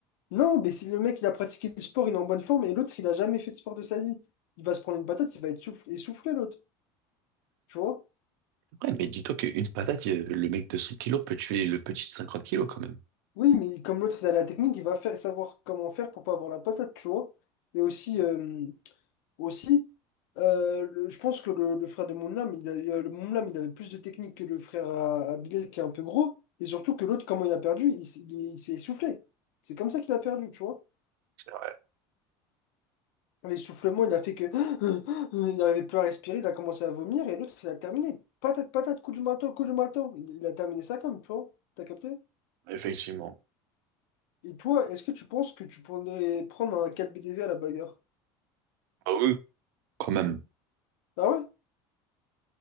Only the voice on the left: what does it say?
Non, mais si le mec, il a pratiqué le sport, il est en bonne forme, et l'autre, il a jamais fait de sport de sa vie, il va se prendre une patate, il va être souff- essoufflé, l'autre, tu vois?
Oui, mais comme l'autre, il a la technique, il va faire, savoir comment faire pour pas avoir la patate, tu vois? Et aussi, euh, aussi euh, le- je pense que le, le frère de Moonlam, il a- euh, le Moonlam, il avait plus de technique que le frère à, à Bilal, qui est un peu gros, et surtout que l'autre, comment il a perdu, il, s'est il est- il s'est essoufflé. C'est comme ça qu'il a perdu, tu vois?
L'essoufflement, il a fait que. <gasps> Il n'arrivait plus à respirer, il a commencé à vomir et l'autre, il a terminé. Patate, patate, coup du marteau, coup du marteau. Il, il a terminé ça comme, tu vois. T'as capté?
Et toi, est-ce que tu penses que tu pourrais prendre un 4BDV à la bagarre?
Ah ouais?